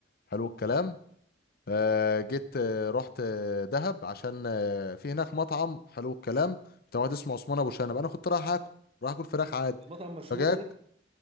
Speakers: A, on the left; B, on the right.
A: حلو الكلام آه، جيت آه، رحت آه، دهب عشان آه، في هناك مطعم حلو الكلام بتاع واحد اسمه عثمان ابو شنب انا كنت رايح اكل رايح اكل فراخ عادي
B: المطعم مشهور
A: فجاك
B: ده